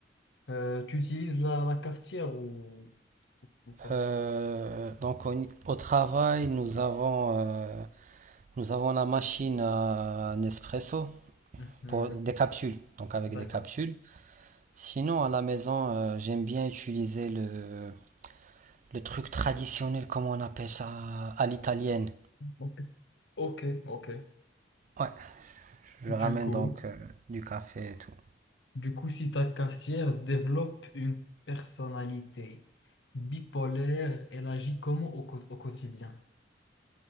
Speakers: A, on the left; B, on the right.
A: Euh, tu utilises la, la cafetière ou, ou pas?
B: Euh, donc au, au travail, nous avons, euh, nous avons la machine à Nespresso
A: Mhm.
B: pour des capsules, donc avec
A: D'accord.
B: des capsules. Sinon, à la maison, euh, j'aime bien utiliser le, le truc traditionnel, comment on appelle ça, à l'italienne.
A: Ok, ok. ok.
B: Ouais, je
A: Du
B: ramène
A: coup,
B: donc euh, du café et tout.
A: du coup, si ta cafetière développe une personnalité bipolaire, elle agit comment au, co- au quotidien?